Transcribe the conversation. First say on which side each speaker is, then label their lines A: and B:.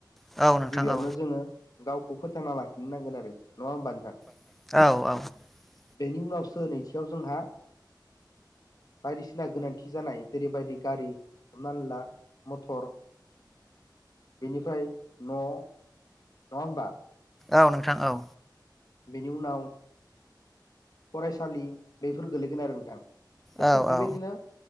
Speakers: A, in the centre; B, on the left.
A: औ नोंथां
B: गिबियावनो
A: औ
B: जोङो गावखौ फोथांना लाखिनोनांगोन आरो नङा होमबा नोंथां?
A: <inaudible>
B: बेनि उनावसो नैथियाव जोंहा बायदिसिना गोनांथि जानाय जेरैबायदि गारि हमनानै ला मटर बेनिफ्राय न' नङ होनबा?
A: औ नोंथां औ
B: बेनि उनाव फरायसालि बेफोर गोलैगोन आरो नोंथां दा
A: औ
B: थिग बेबायदिनो
A: औ